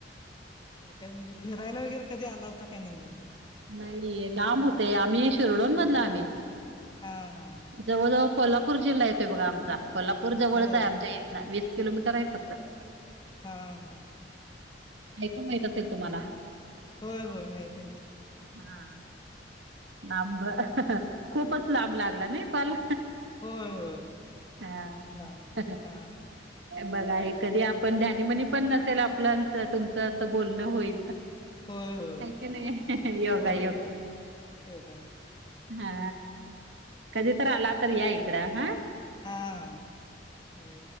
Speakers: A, on the left; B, on the right.
A: आणि काय म्हणजे फिरायला वगैरे कधी आला होता काय नाहीे म इकं.
B: नाहीे लांब होतय आम्ही शिरडोन मधला आम्ही
A: हा हा
B: जवळ जवळ कोल्हापूर जिल्हा येतोय बघा आमचा कोल्हापूर जवळच
A: होय
B: आहे. आमच्या इथनं वीस किलोमीटर आहे फक्त.
A: हा हा.
B: ऐकून माहत असेल तुम्हाला.
A: होय होय माहित आहे की.
B: हा लांब खूपच लांब लागला ना कॉल.
A: होय होय
B: हा.
A: लांब हा
B: बघा आहे कधी आपण धनीमनी पण नसेल आपल्याच तुमचं असं बोलणं होईल.
A: होय होय
B: ऐकणे योगा
A: होय
B: योग.
A: होय योगा योग
B: हा कधी तर आला तर या इकडं हा.
A: हा हा.